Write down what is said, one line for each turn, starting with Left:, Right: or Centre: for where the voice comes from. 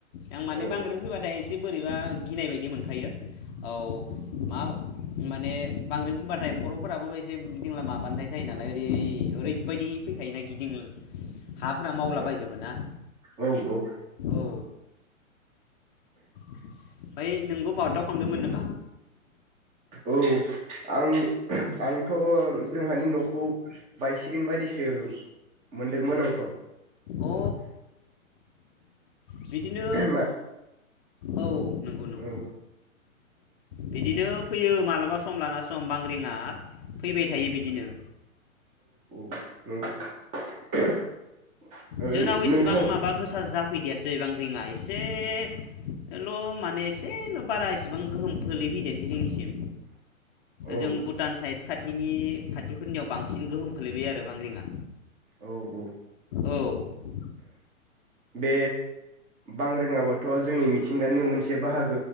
Left: आं माने
Right: औ
Left: बांग्रिं फैबाथाय एसे बोरैबा गिनाय बायदि मोनखायो औ मा माने बांग्रिं बुंबाथाय खर'फोराबो एसे गिदिंला माबानानाय जायो नालाय ओरै ओरै बायदि फैखायो यो गिदिं हाफोरा मावला
Right: औ
Left: बायजोबो ना
Right: औ औ
Left: औ। ओमफ्राय नोंबो बागदाव खांदोंमोन नाम
Right: औ आं आंथ' जोंहानि न'खौ बायसिगोन बायदिसो मोनदोंमोन आंथ।
Left: अ बिदिनो
Right: मा
Left: औ नंगौ नंगौ।
Right: औ
Left: बिदिनो फैयो मालाबा सम लाना सम। बांग्रिंआ फैबाय थायो बिदिनो।
Right: <unintelligible>
Left: जोंनाव
Right: नोंथां
Left: एसेबां माबा गोसा जाफैदियासे बांग्रिंया एसे एसे ल माने एसेल बारा इसेबां गोहोम खोलैफैदियासै जोंनिसिम।
Right: औ
Left: जों भुटान साइड खाथिनि खाथिफोरनियाव बांसिन गोहोम खोलैबाय आरो बांग्रिंआ
Right: औ औ
Left: औ। <inaudible>
Right: बे बांग्रिंयाबोथ' जोंनि मिथिंगानिनो मोनसे बाहाग